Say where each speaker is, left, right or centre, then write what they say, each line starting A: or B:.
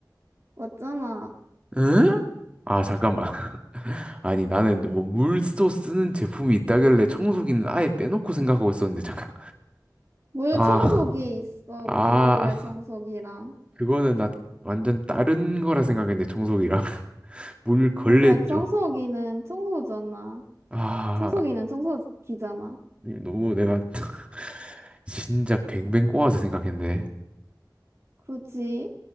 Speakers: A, on the right; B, on the right.
A: 맞잖아.
B: 응? 아, 잠깐만. <laughs> 아니, 나는 뭐 물도 쓰는 제품이 있다길래 청소기는 아예 빼놓고 생각하고 있었는데, 잠깐.
A: 물
B: 아,
A: 청소기 있어,
B: 아,
A: 물걸레 청소기랑.
B: 그거는 나 완전 다른 거라 생각했는데, 청소기랑. <laughs> 물 걸레
A: 근데 청소기는
B: 죠
A: 청소잖아.
B: 아,
A: 청소기는 청소기잖아.
B: 너무 내가 <laughs> 진짜 뱅뱅 꼬아서 생각했네.
A: 굳이